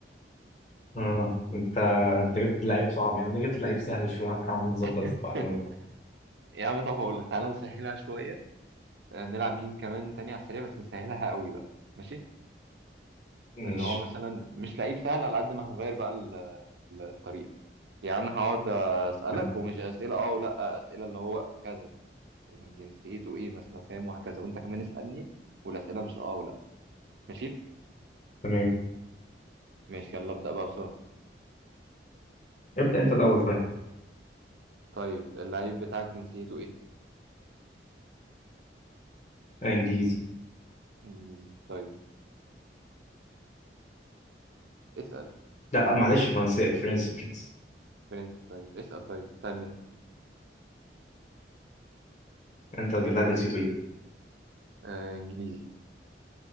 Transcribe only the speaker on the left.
اه انت انت جبت لعيب صعب يعني انا جبت لعيب سهل شويه هنحاول نظبط
بعدين
ماشي
تم-
تمام
ابدا انت الاول طيب
آه، انجليزي
لا معلش فرنسي فرنسي فرنسي
انت اللاعب نسيته ايه